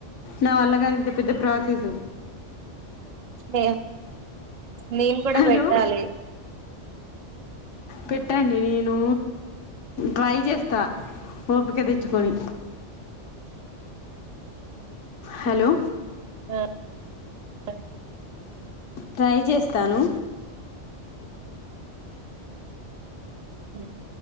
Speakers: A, on the left; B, on the right.
A: నా వల్ల గాదు ఇంత పెద్ద ప్రాసెస్
B: లే నేను కూడా
A: హలో
B: పెట్టాలి
A: పెట్టండి నేను ట్రై చేస్తా ఓపిక తెచ్చుకొని హలో
B: ఆ సే
A: ట్రై చేస్తాను
B: ఉ